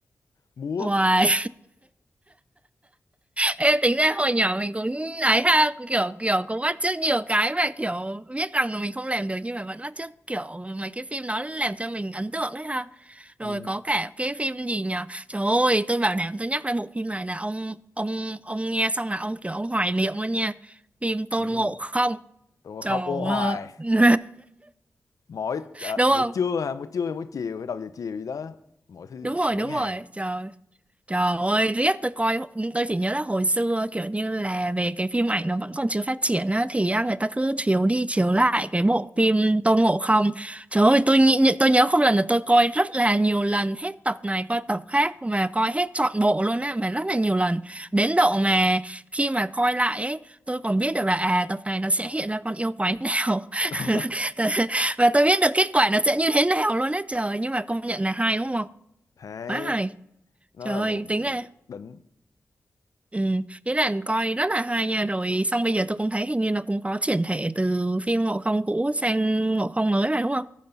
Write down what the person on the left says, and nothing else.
múa
ừ
ừ
tôi mà
khóc ô hoài
mỗi ờ,
mỗi
trưa hả mỗi trưa hay mỗi chiều hay đầu giờ chiều gì đó mỗi thứ
mỗi
ngày
<laughs> đó
hay
nó
là
một
ừ,
đỉnh